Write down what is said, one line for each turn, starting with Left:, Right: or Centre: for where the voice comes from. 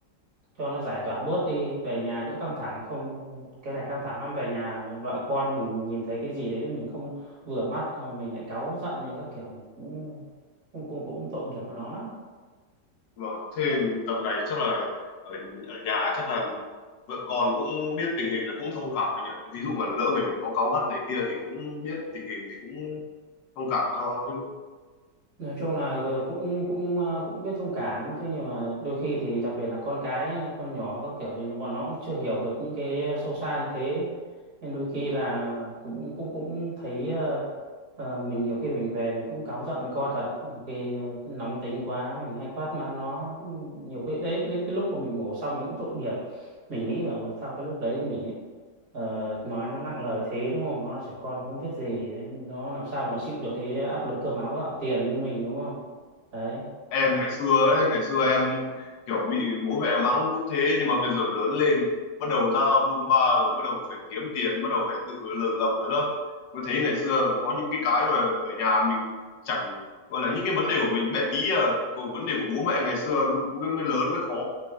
Right: cho nó giải tỏa bớt đi về nhà đỡ căng thẳng không cái này căng thẳng lắm về nhà vợ con mình nhìn thấy cái gì đấy là mình không vừa mắt thôi mình lại cáu giận lên các kiểu này cũng cũng cũng cũng tội nghiệp của nó lắm
Left: vâng ạ thế tầm này chắc là ở ở nhà chắc là vợ con cũng biết tình hình là cũng thông cảm với nhỉ ví dụ mà lỡ mình có cáu gắt này kia thì cũng biết tình hình thì cũng thông cảm cho chứ
Right: nói chung là cũng cũng ờ, cũng biết thông cảm thế nhưng mà đôi khi thì đặc biệt là con cái con nhỏ các kiểu thì bọn nó cũng chưa hiểu được những cái sâu xa như thế nên đôi khi là cũng cũng cũng thấy ờ, ờ, mình nhiều khi mình về mình cũng cáu giận với con thật nhiều khi ờ, nóng tính quá mình hay quát mắng nó nhiều khi đấy cái, cái lúc mà mình ngủ xong mình cũng tội nghiệp mình nghĩ vào sao cái lúc đấy mình lại Ờ, nói nó nặng lời thế đúng không nó là trẻ con nó không biết gì đấy. nó làm sao mà chịu được cái áp lực cơm áo gạo tiền như mình đúng không đấy
Left: em
Right: Thế nhưng-
Left: ngày xưa ấy ngày xưa em kiểu bị bố mẹ mắng cũng thế nhưng mà bây giờ lớn lên bắt đầu ra bôn ba rồi bắt đầu phải kiếm tiền bắt đầu phải tự tự lập rồi đó mới thấy ngày xưa có những cái cái mà ở nhà mình chẳng gọi là những cái vấn đề của mình bé tí à của vấn đề của bố mẹ ngày xưa mới, mới lớn mới khó